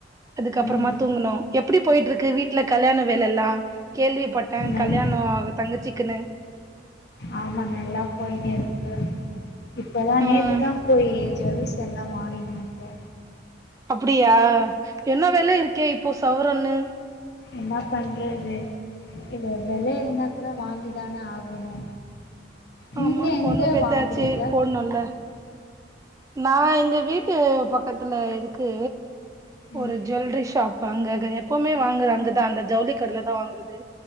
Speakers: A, on the right (about 20°); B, on the left (about 60°).
A: அதுக்கப்புறமா
B: ம்
A: தூங்கணு எப்டி போய்ட்ருக்கு வீட்ல கல்யாண வேலல்லா கேள்விப்பட் டே
B: நன்
A: கல்யாணோ அவ தங்கச்சிக்குன்னு
B: ஆமா நல்லா போயினுருக்கு இப்போதா நேத்து
A: ம்
B: தா போய் ஜுவல்ஸ் எல்லா வாங்கினு வந்தோ
A: அப்டியா என்ன வெல இருக்கே இப்போ சவரனு
B: என்னா பண்றது இது வெலே இருந்தா கூட வாங்கி தான ஆகணு நீங்க
A: ஆமா
B: எங்க
A: பொண்ணு பெத்தாச்சு
B: வாங்குறீங்க
A: போடணுல்ல நா எங்க வீட்டு பக்கத்துல இருக்கு
B: ம்
A: ஒரு ஜுவல்லரி ஷாப் வாங்கது எப்பமே வாங்கறது அங்கதா அந்த ஜவுளி கடைல தா வாங்குது